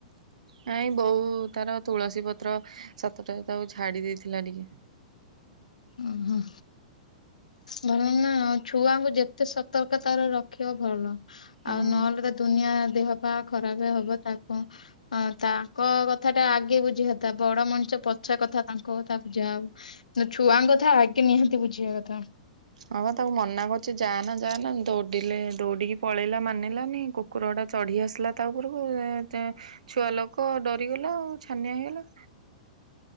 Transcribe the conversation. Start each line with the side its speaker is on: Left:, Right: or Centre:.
Right: ନାଇଁ ବୋଉ ତାର ତୁଳସୀ ପତ୍ର ସାତଟା ତାକୁ ଝାଡି ଦେଇଥିଲା ଟିକେ।
Left: ଉଁ ହୁଁ। ଭଲ ନା ଆଉ ଛୁଆଙ୍କୁ ଯେତେ ସତର୍କ ତାର ରଖିବ ଭଲ।
Right: ହୁଁ
Left: ଆଉ ନହେଲେ ତ ଦୁନିଆ ଦେହ ପା ଖରାପ ହବ ତାକୁ। ହଁ ତାଙ୍କ କଥା ଟା ଆଗେ ବୁଝିିବା କଥା ବଡ ମଣିଷ ପଛ କଥା ତାଙ୍କ ତା ବୁଝା ହଉ। ଛୁଆଙ୍କ କଥା ଆଗେ ନିହାତି ବୁଝିବା କଥା।
Right: ହଁ ପା ତାକୁ ମନା କରୁଛି ଯା ନା ଯା ନା ଦୌଡିଲେ ଦୌଡିକି ପଳେଇଲା ମାନିଲାନି କୁ। କୁକୁରଟା ଚଢ଼ି ଆସିଲା ତା ଉପରକୁ ଛୁଆ ଲୋକ ଡରିଗଲା ଆଉ ଛାନିଆ ହେଇଗଲା।